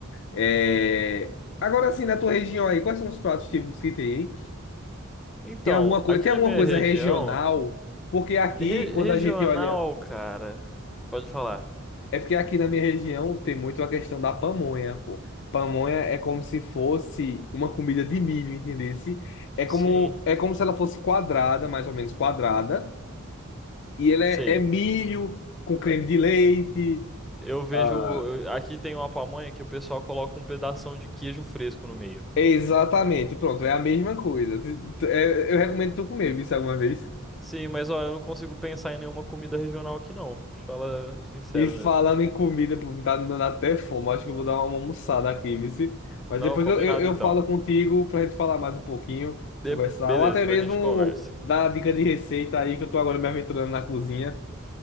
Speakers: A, on the left; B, in the centre.
A: É... Agora, assim, na tua região aí, quais são os pratos típicos que tem, hein?
B: Então,
A: Tem alguma coisa,
B: aqui
A: tem
B: na
A: alguma
B: minha
A: coisa
B: região,
A: regional? Porque aqui,
B: re-
A: quando
B: regional,
A: a gente olha.
B: cara. Pode falar.
A: É porque aqui na minha região tem muito a questão da pamonha, pô. Pamonha é como se fosse uma comida de milho, entendesse? É como,
B: Sim,
A: é como se ela fosse quadrada, mais ou menos quadrada, e ela é,
B: sei.
A: é milho com creme de leite.
B: Eu vejo,
A: ah,
B: eu- aqui tem uma pamonha que o pessoal coloca um pedação de queijo fresco no meio.
A: exatamente, pronto, é a mesma coisa. Tu- tu- é- Eu recomendo tu comer isso alguma vez.
B: Sim, mas ó, eu não consigo pensar em nenhuma comida regional aqui não. Te falar sincero
A: E falando
B: mesmo.
A: em comida, pô, tá me dando até fome. Acho que eu vou dar uma almoçada aqui, vice. Mas
B: Não,
A: depois
B: combinado
A: eu, eu, eu
B: então.
A: falo contigo pra gente falar mais um pouquinho,
B: De-
A: conversar,
B: Beleza,
A: ou até
B: depois
A: mesmo
B: a gente conversa.
A: dar dica de receita aí, que eu tô agora me aventurando na cozinha.